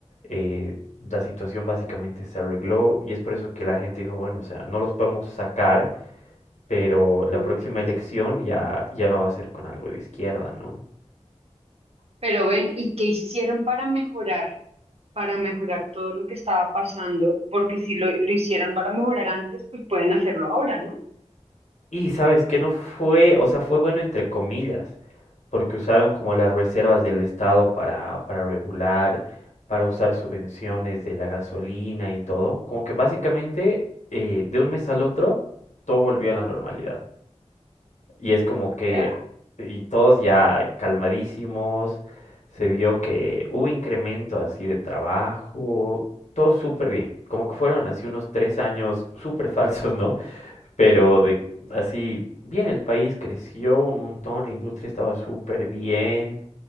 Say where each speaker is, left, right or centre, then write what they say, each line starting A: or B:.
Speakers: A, on the left; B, on the right.
A: eh, la situación básicamente se arregló y es por eso que la gente dijo, bueno, o sea, no los podemos sacar, pero la
B: Mm.
A: próxima elección ya, ya no va a ser con algo de izquierda, ¿no?
B: Pero ven, ¿y qué hicieron para mejorar? Para mejorar todo lo que estaba pasando, porque si lo, lo hicieron para mejorar antes, pues pueden hacerlo ahora, ¿no?
A: Y sabes que no fue, o sea, fue bueno entre comillas, porque usaron como las reservas del Estado para, para regular, para usar subvenciones de la gasolina y todo. Como que básicamente eh, de un mes al otro todo volvió a la normalidad. Y es como que,
B: Ya.
A: y todos ya calmadísimos, se vio que hubo incremento así de trabajo, todo súper bien. Como que fueron así unos tres años súper <laughs> falsos, ¿no? Pero de así, bien, el país creció un montón, la industria estaba súper bien,